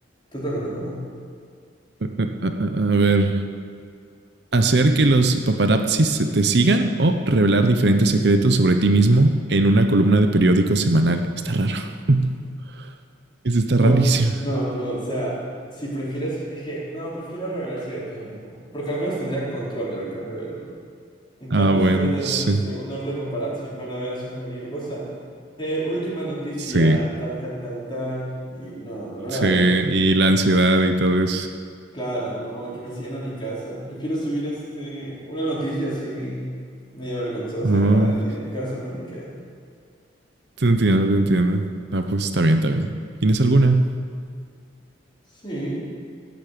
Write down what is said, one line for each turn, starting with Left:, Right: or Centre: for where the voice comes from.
Left: Te toca, te toca.
Right: A, a- a ver. Hacer que los paparazzis se te sigan o revelar diferentes secretos sobre ti mismo en una columna de periódico semanal. Está raro. <laughs> Eso está rarísimo.
Left: O- no, no, o sea, si prefieres, es que, no, prefiero revelar secretos a mí mismo. Porque al menos tendría control de lo que revelo. En
Right: Ah,
Left: cambio,
Right: bueno,
Left: si voy a tener
Right: sí.
Left: este, un orden paparazzi, me van a ver haciendo cualquier cosa. Eh, última noticia,
Right: Sí.
Left: tal, tal, tal, tal. Y no, no, no la
Right: Sí.
Left: veo así.
Right: Y la ansiedad y todo eso.
Left: Claro, no, que me sigan a mi casa. Prefiero subir este, una noticia así, media vergonzosa
Right: Ah.
Left: cada día, cada semana y queda.
Right: Te entiendo, te entiendo. Ah, pues está bien, está bien. ¿Tienes alguna?
Left: Sí.